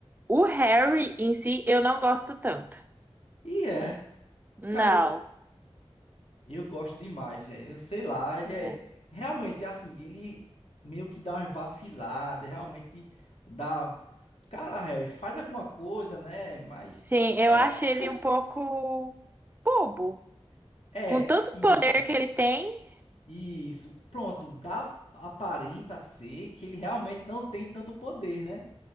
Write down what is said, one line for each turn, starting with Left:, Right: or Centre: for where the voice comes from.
Right: o Harry em si eu não gosto tanto.
Left: E é,
Right: Não.
Left: cara, eu, eu gosto demais, velho. Eu sei lá, ele
Right: É.
Left: é realmente assim, ele meio que dá umas vaciladas, realmente dá, cara, Harry, faz alguma coisa, né? Mas
Right: Sim, eu
Left: é,
Right: acho
Left: é,
Right: ele
Left: o-
Right: um pouco bobo.
Left: é
Right: com tanto
Left: isso,
Right: poder que ele tem,
Left: isso. Pronto, dá aparenta ser que ele realmente não tem tanto poder, né?